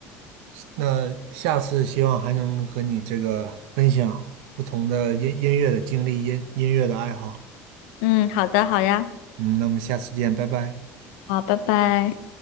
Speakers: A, on the right; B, on the left.
A: 那下次希望还能和你这个分享不同的音音乐的经历、音音乐的爱好。
B: 嗯，好的，好呀，
A: 嗯，那我们下次见，拜拜。
B: 好，拜拜。